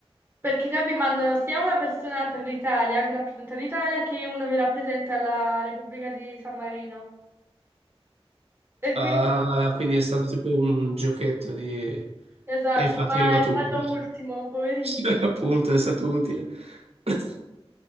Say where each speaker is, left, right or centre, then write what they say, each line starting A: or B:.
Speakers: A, on the right (about 25°); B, on the right (about 80°).
A: Perché capi, mandano sia una persona per l'Italia che rappresenta l'Italia che uno che rappresenta la Repubblica di San Marino. E quindi
B: Ah, quindi è stato tipo un giochetto di...
A: esatto,
B: E infatti
A: ma
B: è arrivato
A: è stato
B: utile. <laughs>
A: ultimo, poverino.
B: Sì, appunto, è stato utile. <laughs>